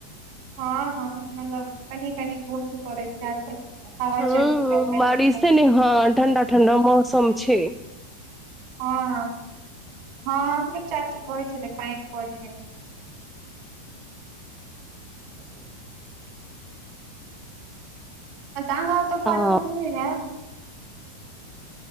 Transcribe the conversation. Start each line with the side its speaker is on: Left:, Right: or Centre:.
Right: हँ हँ मतलब कनि कनी बूंद पड़ैत हेएत हवा
Centre: हँ
Right: चलैत हैत कनी
Centre: बारिशे
Right: क
Centre: ने हँ ठण्डा ठणडा मौसम छै
Right: हँ हँ हमरो चाची कहे छेलै पाइन पड़ <unintelligible> <inaudible> आहा ओतअ
Centre: हँ
Right: <unintelligible>